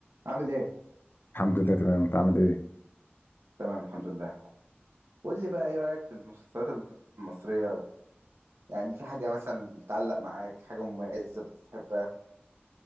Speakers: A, on the right; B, on the left.
A: عامل ايه؟
B: الحمد لله تمام انت عامل ايه
A: تمام الحمد لله قول لي بقى ايه رأيك في المسلسلات المصرية و... يعني في حاجة مثلا بتعلق معاك حاجة مميزة بتحبها